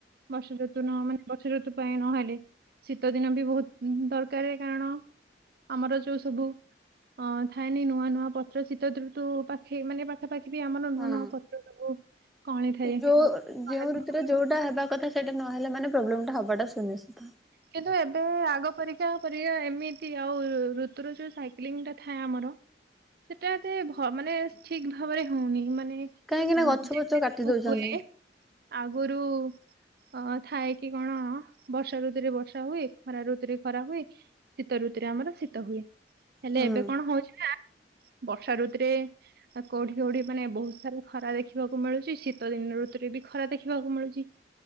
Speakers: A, on the right (about 55°); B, in the centre.
A: ବର୍ଷା ଋତୁ ନହ ମାନେ ବର୍ଷା ଋତୁ ପାଇଁ ନହେଲେ ଶୀତ ଦିନ ବି ବହୁତ ଦରକାର କାରଣ ଆମର ଯଉ ସବୁ ଥାଏନି ନୂଆ ନୂଆ ପତ୍ର ଶୀତ ଋତୁ ପା ସେ ମାନେ ପାଖାପାଖି ବି ଆମର
B: ହଁ
A: ନୂଆ ନୂଆ ପତ୍ର ସବୁ କଳି ଥାଏ
B: ଯୋଉ
A: ଖରାଦିନ
B: ଯେଉଁ ଋତୁରେ
A: ମାନଙ୍କରେ।
B: ଯୋଉଟା ହେବା କଥା ସେଇଟା ନହଲେ ମାନେ ପ୍ରୋବ୍ଲେମ ଟା ହବାଟା ସୁନିଶ୍ଚିତ।
A: କିନ୍ତୁ ଏବେ ଆଗ ପରିକା ପର ଏମିତି ଆଉ ଋତୁର ଯୋଉ ସାଇକ୍ଲିଂ ଟା ଥାଏ ଆମର ସେଟା ଏତେ ମାନେ ଠିକ ଭାବରେ ହଉନି ମାନେ ଯେମତି
B: କାହିଁକି ନା ଗଛ ଫଛ କାଟି
A: ସବୁ
B: ଦଉଛନ୍ତି
A: ହୁଏ। ଆଗରୁ ଅ ଥାଏ କି କଣ ବର୍ଷା ରୁ ଋତୁରେ ବର୍ଷା ହୁଏ ଖରା ଋତୁରେ ଖରା ହୁଏ ଶୀତ ଋତୁରେ ଆମର ଶୀତ ହୁଏ। ହେଲେ
B: ହୁଁ
A: ଏବେ କଣ ହଉଛି ନା ବର୍ଷା ଋତୁରେ ଆଉ କୋଉଠି କଉଠି ମାନେ ବହୁତ ସାରା ଖରା ଦେଖିବାକୁ ମିଳୁଛି ଶୀତ ଦିନ ଋତୁରେ ବି ଖରା ଦେଖିବାକୁ ମିଳୁଛି।